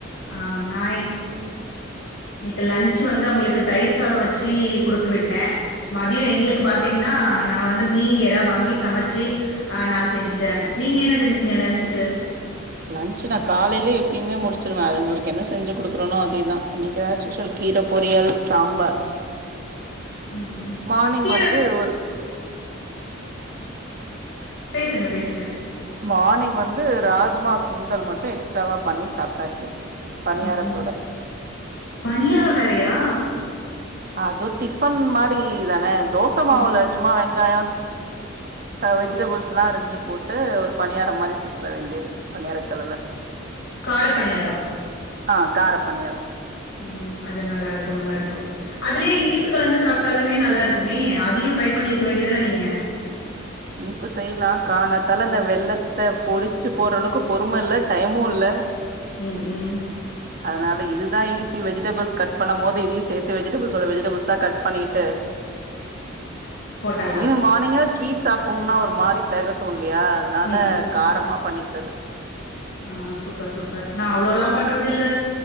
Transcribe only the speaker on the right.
லன்ச்சு நா காலைலியே எப்பிமே முடிச்சிருவே அதுங்குளுக்கு என்ன செஞ்சு குடுக்குறனோ அதேதா என்னிகாச்சு சல்க் கீர பொரியல் சாம்பார்
மானிங்
வந்து ஒரு
மானிங் வந்து ராஜ்மா சுண்டல் மட்டு எக்ஸ்ட்ராவா பண்ணி சாப்ட்டாச்சு. பணியாரத்தோட
அது டிஃபன் மாரி தான தோச மாவுல
சும்மா வெங்காயோ ஹ வெஜிடபிள்ஸ்லா அரிஞ்சு போட்டு ஒரு பணியாரம் மாரி சுட்ற வேண்டிது. பணியாரக்கல்லுல.
ஆ கார பணியாரோ.
இனிப்பு செய்லா காலங்காத்தால அந்த வெல்லத்த பொடிச்சு போட்ற அளவ்க்கு பொறும இல்ல டைமு இல்ல.
அதுனால இதுதா ஈஸி வெஜிடபிள்ஸ் கட் பண்ண போது இதுயு சேத்து வெஜிடபிள்ஸோட வெஜிடபிள்ஸா கட் பண்ணிகிட்டு
இது மானிங்கே ஸ்வீட் சாப்போம்னா ஒரு மாரி தெகட்டு இல்லையா அதுனால
காரமா பண்ணிக்றது.